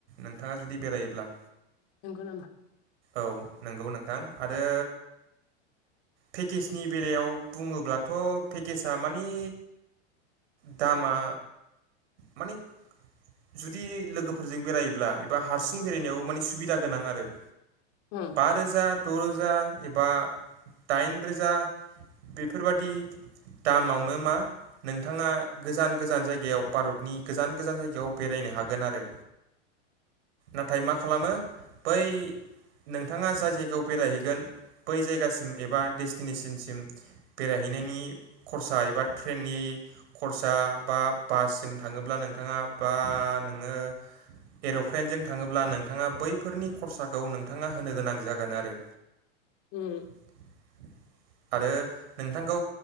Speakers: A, on the right; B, on the left.
A: नोंथाङा जुदि बेरायोब्ला
B: नोंगौ नामा?
A: औ नंगौ नोंथां आरो। पेकेजनि बेलायाव बुङोब्लाथ' पेकेजआ मानि दामा मानि जुदि लोगोफोरजों बेरायोब्ला एबा हारसिं बेरायनायाव माने सुबिदा गोनां आरो।
B: अ।
A: बा रोजा द' रोजा एबा दाइन रोजा बेफोरबादि दामावनो मा नोंथाङा गोजान गोजान जायगायाव भारतनि गोजान गोजान जायगायाव बेरायनो हागोन आरो नाथाय मा खालामो बै नोंथाङा जाय जायगायाव बेरायहैगोन बै जायगासिम एबा डेस्टिनेसनसिम बेरायहैनायनि खरसा एबा ट्रेननि खरसा बा बासजों थाङोब्ला नोंथाङा बा नोङो एर'प्लेनजों थाङोब्ला नोंथाङा बैफोरनि खरसाखौ नोंथाङा होनो गोनां जागोन आरो।
B: उम।
A: <inaudible> आरो नोंथांखौ